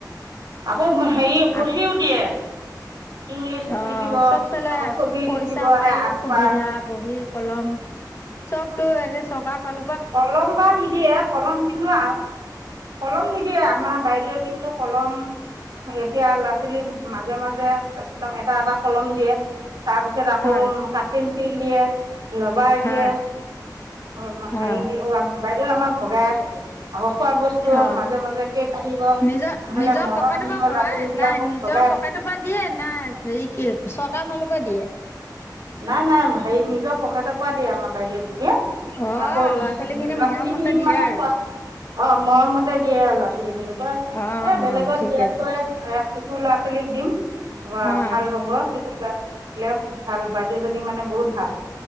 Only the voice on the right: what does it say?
আকৌ হেৰি পঢ়িও
দিয়ে। <unintelligible> ইংলিছ
লিখিব
আকৌ ছবি
লিখিব
সেই আচপাৰ
কলম বা নিদিয়ে কলম কিন্তু আও কলম নিদিয়ে আমাৰ বাইদেৱে কিন্তু কলম এতিয়া ল'ৰা ছোৱালী মাজ মাজে মাজে একদম এটা এটা কলম দিয়ে, তাৰপিছত আকৌ
কাঠ পেঞ্চিল দিয়ে। লবাৰ দিয়ে,
অ
হেৰি দিয়ে বাইদেউৱে আমাক ভগায়ে থাকে। আকৌ খোৱা বস্তু
মাজে মাজে কেক আনিব
নহ'লে
মৰ্টন
আনিব
ল'ৰা ছোৱালীবিলাকক
ভগাই থাকে।
নাই নাই, হেৰি নিজক পকেটৰ পা দিয়ে আমাৰ বাইদেউ খিনিয়ে,
আকৌ
ল'ৰা
ছোৱালী খিনিক
মানে
খোৱা অ মৰমতে দিয়ে আৰু ল'ৰা ছোৱালী খিনি কই
এ
বেলেগত
দিয়াতকৈ
এয়া সু ল'আ ছোৱালীক দিম। বা
ভাল হ'ব কি <unintelligible> ভাল, বাইদেউজনী মানে বহুত ভাল।